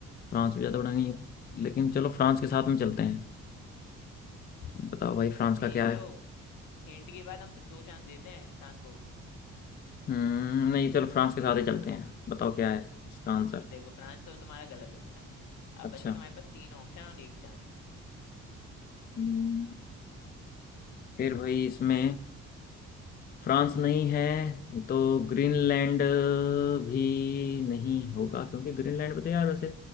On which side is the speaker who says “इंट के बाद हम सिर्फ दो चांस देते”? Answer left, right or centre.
Left